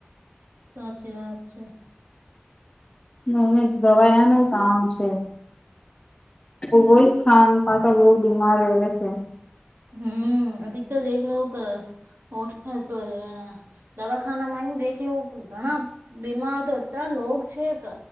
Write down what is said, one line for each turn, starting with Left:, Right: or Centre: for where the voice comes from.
Right: સાચી વાત છે.
Left: મને દવાયાનું કામ છે. કોઈ સ્થાન પાછળ લોગ બીમાર રેવે છે.
Right: હમ અધિકતર દેખલો હો સોરી આ દવાખાના માં આઈ ન દેખ લો ઘણા બીમાર તો અતરા લોગ છે કે